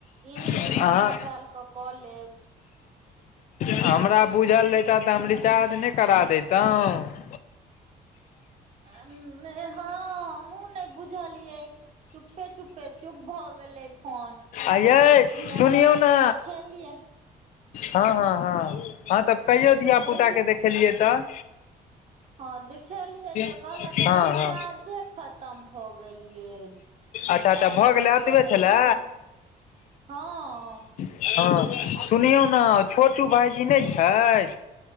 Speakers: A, on the right (about 50°); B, on the left (about 55°).
A: ई नहि
B: अहाँ
A: से कखनो काल कऽ क लेब
B: हमरा बुझल रहिता तऽ हम रिचार्ज नहि करा देैतहुँ
A: हँ हमहु ने बुझलियै चुपे चुपे चुप भ गेलै फोन
B: आ यै
A: फेर धिय
B: सुनियौ
A: पुता
B: ने
A: के देखेलियै
B: हँ हँ हँ हँ तऽ कहियो
A: हँ
B: धियापुताके
A: कहियौ
B: देखेलियै तऽ
A: हँ देखिलियए तऽ
B: ह
A: कहलक रिचार्जे
B: ह
A: खतम भऽ गेल अछि
B: अच्छा
A: तऽ
B: त
A: हम
B: भऽ
A: फेर
B: गेलै आब
A: कहलियै
B: एतबे छलै
A: ई से हँ
B: हँ सुनियौ ने छोटू भायजी नहि छै